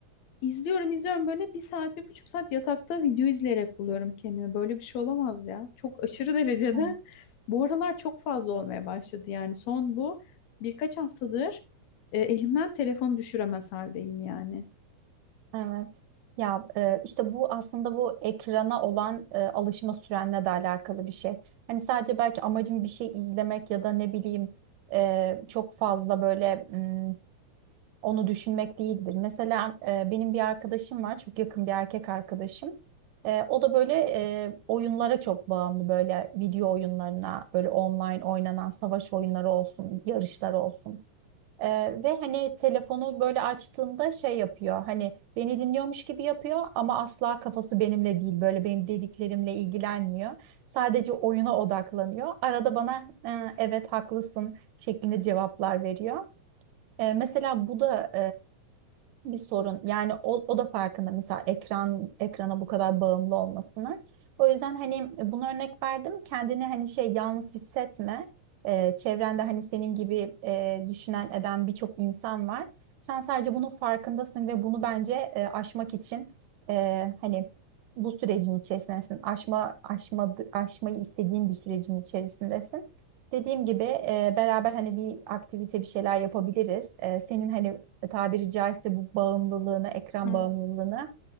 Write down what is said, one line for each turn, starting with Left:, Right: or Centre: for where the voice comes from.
Left: İzliyorum izliyorum böyle bir saat bir buçuk saat yatakta video izleyerek buluyorum kendimi. Böyle bir şey olamaz ya. Çok aşırı derecede.
Right: Hı.
Left: Bu aralar çok fazla olmaya başladı yani son bu birkaç haftadır e, elimden telefonu düşüremez haldeyim yani.
Right: Evet. Ya e, işte bu aslında bu ekrana olan e, alışma sürenle de alakalı bir şey. Hani sadece belki amacım bir şey izlemek ya da ne bileyim e, çok fazla böyle m, onu düşünmek değildir. Mesela e, benim bir arkadaşım var, çok yakın bir erkek arkadaşım. E, o da böyle e, oyunlara çok bağımlı böyle video oyunlarına, böyle online oynanan savaş oyunları olsun, yarışlar olsun. Ee, ve hani telefonu böyle açtığında şey yapıyor hani beni dinliyormuş gibi yapıyor ama asla kafası benimle değil böyle benim dediklerimle ilgilenmiyor. Sadece oyuna odaklanıyor. Arada bana "Ee, evet haklısın şeklinde cevaplar veriyor. Ee, mesela bu da bir sorun. Yani o, o da farkında mesela ekran ekrana bu kadar bağımlı olmasını. O yüzden hani bunu örnek verdim. Kendini hani şey yalnız hissetme. Ee, çevrende hani senin gibi e, düşünen eden birçok insan var. Sen sadece bunun farkındasın ve bunu bence e, aşmak için e, hani bu sürecin içerisindesin. Aşma, aşma, aşmayı istediğin bir sürecin içerisindesin. Dediğim gibi e, beraber hani bir aktivite bir şeyler yapabiliriz. E, senin hani e, tabiri caizse bu bağımlılığını, ekran
Left: Evet.
Right: bağımlılığını